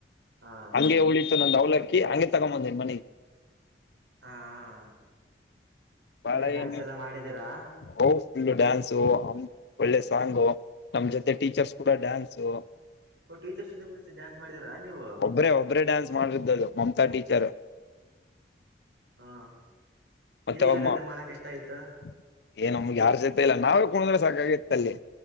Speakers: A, on the right; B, on the left.
A: ಹಾ
B: ಹಂಗೆ ಉಳಿತ್ತು ನಂದ ಅವ್ಲಕ್ಕಿ ಹಂಗೆ ತಗೊಂಬಂದೇ ಮನೆಗೆ
A: ಹಾ ಹಾ
B: ಬಾಳ
A: ಅಂದೆ ಡ್ಯಾನ್ಸ್
B: ಏನು
A: ಎಲ್ಲ ಮಾಡಿದೀರಾ?
B: ಓ ಫುಲ್ಲ ಡ್ಯಾನ್ಸು ಒಳ್ಳೆ ಸಾಂಗ್ ನಮ್ ಜೊತೆ ಟೀಚರ್ಸ್ ಕೂಡ ಡ್ಯಾನ್ಸು
A: ಟೀಚರ್ಸ್ ಜೊತೆ ಕೂಡ ಡ್ಯಾನ್ಸ್ ಮಾಡಿದೀರಾ ನೀವು
B: ಒಬ್ರೇ ಒಬ್ರೇ ಡ್ಯಾನ್ಸ್ ಮಾಡ್ರಿದ್ದದು ಮಮತಾ ಟೀಚರ್
A: ಹ
B: ಮತ್ತೆ
A: ನಿನಗ್ ಯಾರ
B: ಒಮ್ಮ
A: ಜೊತೆ ಮಾಡಕ್ ಇಷ್ಟ ಆಯ್ತು
B: <unintelligible> ಏನೊಮ್ಗೆ ಯಾರ್ು ಸಿತ ಇಲ್ಲ ನಾವೇ ಕುಣಂದ್ರೆ ಸಾಕಾಗಿತ್ತ ಅಲ್ಲಿ